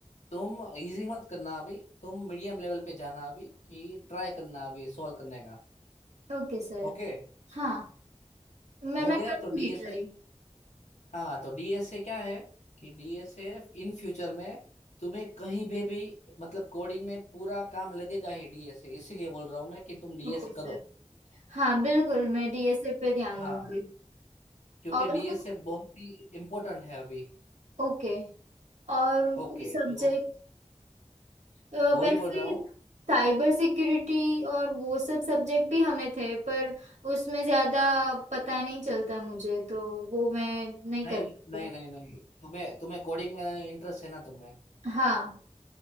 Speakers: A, on the left; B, on the right.
A: तुम इजी मत करना अभी तुम मीडियम लेवल पे जाना अभी कि ट्राई करना अभी सॉल्व करने का
B: Okay sir
A: ओके
B: हाँ मैं
A: हो
B: मैं
A: गया
B: करूँगी
A: तो डीएसए
B: ट्राई
A: हाँ तो डीएसए क्या है कि डीएसए इन फ्यूचर में तुम्हें कहीं भी भी मतलब कोडिंग में पूरा काम लगेगा ही डीएसए इसीलिए बोल रहा हूँ मैं कि तुम डीएसए
B: Okay sir
A: करो
B: हाँ बिल्कुल मैं डीएसए पे ध्यान
A: हाँ
B: दूंगी
A: क्योंकि
B: और
A: डीएसए
B: सर
A: बहुत ही इम्पोर्टेंट है अभी
B: ओके और
A: ओके
B: कोई सब्जेक्ट
A: तो
B: अ,
A: वो
B: वैसे
A: ही बोल रहा हूँ
B: साइबर सिक्योरिटी और वो सब सब्जेक्ट भी हमें थे पर उसमें ज्यादा पता नहीं चलता मुझे तो वो मैं नहीं
A: नहीं
B: कर पाती
A: नहीं नहीं नहीं तुम्हें तुम्हें कोडिंग में इंटरेस्ट है ना तुम्हें
B: हाँ